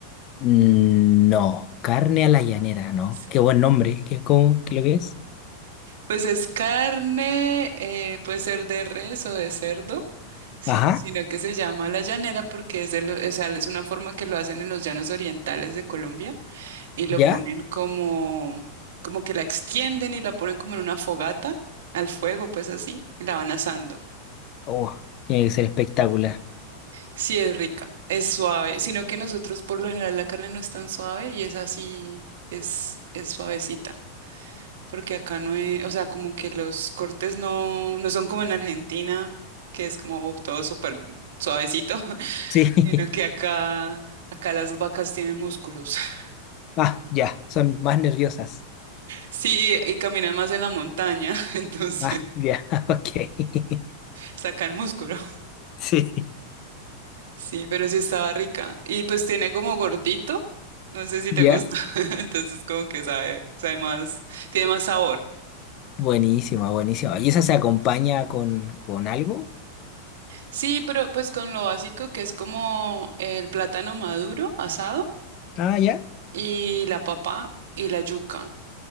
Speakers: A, on the left; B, on the right.
A: Mm, No, carne a la llanera, ¿no?
B: Sí.
A: Qué buen nombre, ¿qué, cómo, qué lo que es?
B: Pues es carne, eh, puede ser de res o de cerdo. Sí,
A: Ajá,
B: sino que se llama la llanera porque es de lo- o sea, es una forma que lo hacen en los llanos orientales de Colombia y lo
A: ¿ya?
B: ponen como, como que la extienden y la ponen como en una fogata al fuego, pues así, y la van asando.
A: Oh, tiene que ser espectacular.
B: Sí, es rica, es suave, sino que nosotros por lo general la carne no es tan suave y es así, es, es suavecita, porque acá no es, o sea, como que los cortes no, no son como en Argentina, que es como uf, todo súper suavecito.
A: Sí, <laughs>
B: Sino que acá, acá las vacas tienen músculos. <laughs>
A: ah, ya, son más nerviosas.
B: Sí, y caminan más en la montaña, <laughs> entonces
A: Ah, ya, <laughs> ok. <laughs>
B: sacan músculo.
A: Sí,
B: Sí, pero sí estaba rica. Y pues tiene como gordito, no sé si te
A: ya.
B: gusta, <laughs> entonces como que sabe, sabe más, tiene más sabor.
A: Buenísima, buenísima. ¿Y esa se acompaña con, con algo?
B: Sí, pero pues con lo básico que es como el plátano maduro asado
A: Ah, ya.
B: y la papa y la yuca.